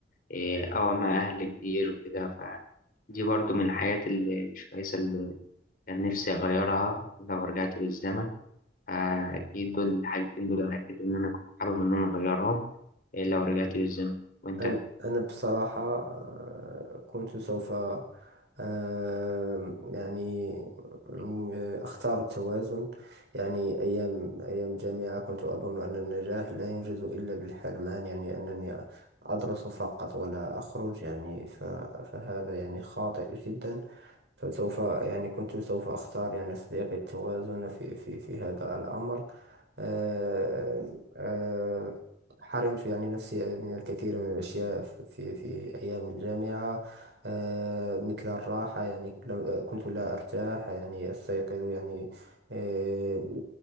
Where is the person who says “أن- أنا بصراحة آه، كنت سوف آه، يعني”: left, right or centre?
Right